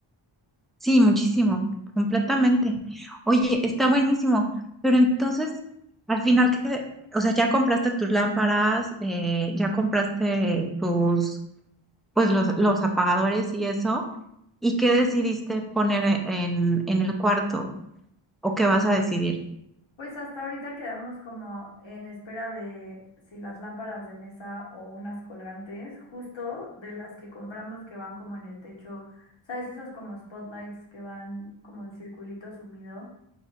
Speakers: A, in the centre; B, on the left (about 70°).
A: Sí, muchísimo, completamente. Oye, está buenísimo, pero entonces, al final que, o sea, ya compraste tus lámparas, eh, ya compraste tus, pues los, los apagadores y eso, ¿y qué decidiste poner e- en, en el cuarto? ¿O qué vas a decidir?
B: Pues hasta ahorita quedamos como en espera de si las lámparas de mesa o unas colgantes, justo de las que compramos que van como en el techo, ¿sabes? Esos como spotlights que van como el circulito sumido.